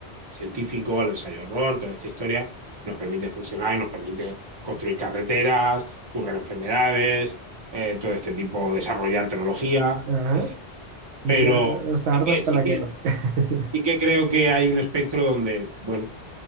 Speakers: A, on the right; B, on the right.
A: científico, el ensayo error toda esta historia, nos permite funcionar y nos permite construir carreteras, curar enfermedades, eh, todo este tipo, desarrollar tecnología,
B: ajá,
A: etc.
B: y
A: Pero
B: ya, hasta
A: sí
B: armas
A: que,
B: para
A: sí,
B: la
A: que,
B: guerra. <laughs>
A: sí que, creo que hay un espectro donde, bueno,